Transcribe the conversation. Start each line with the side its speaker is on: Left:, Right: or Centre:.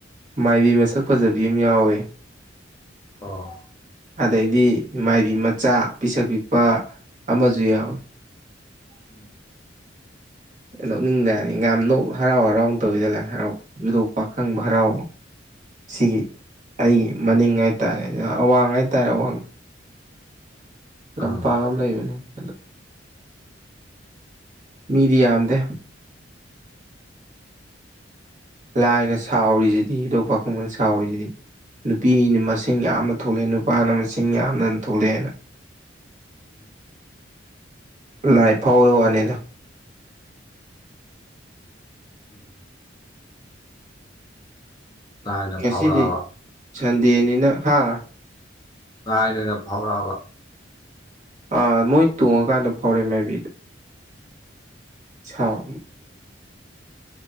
Right: ꯃꯥꯏꯕꯤ ꯃꯁꯛ ꯐꯖꯕꯤ ꯑꯃ ꯌꯥꯎꯋꯦ
Left: ꯑꯥ
Right: ꯑꯗꯩꯗꯤ ꯃꯥꯏꯕꯤ ꯃꯆꯥ ꯄꯤꯁꯛ ꯄꯤꯛꯄ ꯑꯃꯁꯨ ꯌꯥꯎꯏ
Left: ꯎꯝ
Right: ꯅꯣꯛꯅꯤꯡꯗꯔꯅꯤ ꯉ ꯅ ꯍꯔꯥꯎ ꯍꯔꯥꯎꯅ ꯇꯧꯋꯤꯗ ꯂꯥꯏ ꯍꯔꯥꯎ ꯌꯗꯣꯛ ꯄꯥꯈꯪꯕ ꯍꯔꯥꯎꯕ ꯁꯤꯒꯤ ꯑꯩꯒꯤ ꯃꯅꯤꯡ ꯍꯥꯏꯇꯥꯔꯦ ꯑꯗ ꯑꯋꯥꯡ ꯍꯥꯏꯇꯥꯔꯦ ꯑꯋꯥꯡꯗ ꯂꯝꯄꯥꯛ
Left: ꯑꯥ
Right: ꯑꯃ ꯂꯩꯕꯅꯦ ꯑꯗꯣ ꯃꯤꯗꯤ ꯌꯥꯝꯗꯦ ꯂꯥꯏꯅ ꯁꯥꯎꯔꯤꯁꯤꯗꯤ ꯍꯗꯣꯛ ꯄꯥꯈꯪꯕꯅ ꯁꯥꯎꯔꯤꯁꯤꯗꯤ ꯅꯨꯄꯤꯅ ꯃꯁꯤꯡ ꯌꯥꯝꯅ ꯊꯣꯛꯂꯛꯑꯦ ꯅꯨꯄꯥꯅ ꯃꯁꯤꯡ ꯌꯥꯝꯅ ꯊꯣꯛꯂꯛꯑꯦꯅ
Left: <inaudible>
Right: ꯂꯥꯏ ꯐꯥꯎꯋꯦ ꯋꯥꯅꯤꯗ
Left: ꯎꯝ <inaudible> ꯂꯥꯏꯅ
Right: ꯉꯁꯤꯗꯤ
Left: ꯐꯥꯎꯔꯛꯑꯕ
Right: ꯁꯟꯗꯦꯅꯤꯅ ꯍꯥ
Left: ꯥꯂꯥꯏꯅ ꯑꯣꯏꯅ ꯐꯥꯎꯔꯛꯑꯕ
Right: ꯑꯥ ꯃꯣꯏ ꯇꯣꯡꯉꯀꯥꯟꯗ ꯐꯥꯎꯔꯦ ꯃꯥꯏꯕꯤꯗꯨ ꯁꯥꯎ